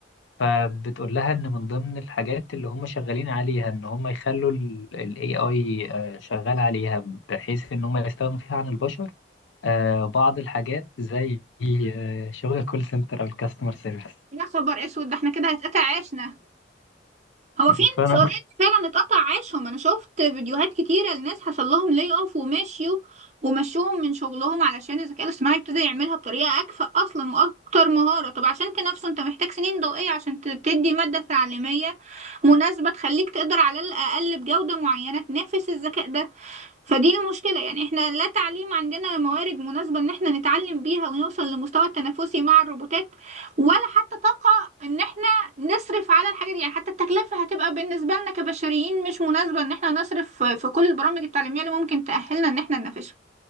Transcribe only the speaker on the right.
يا خبر اسود ده احنا كده هيتقطع عيشنا هو في
ناس اوريدي فعلا اتقطع عيشهم انا شفت فيديوهات كتيره لناس حصل لهم لي اوف ومشيوا ومشوهم من شغلهم علشان الذكاء الاصطناعي ابتدى يعملها بطريقه اكفأ اصلا واكتر مهاره طب عشان تنافسه انت محتاج سنين ضوئيه عشان ت- تدي ماده تعليميه مناسبه تخليك تقدر على الاقل بجوده معينه تنافس الذكاء ده فدي المشكلة يعني احنا لا تعليم عندنا موارد مناسبة ان احنا نتعلم بيها ونوصل لمستوى التنافسي مع الروبوتات ولا حتى طاقة ان احنا نصرف على الحاجة دي يعني حتى التكلفة هتبقى بالنسبة لنا كبشريين مش مناسبة ان احنا نصرف في كل البرامج التعليمية اللي ممكن تأهلنا ان احنا ننافسهم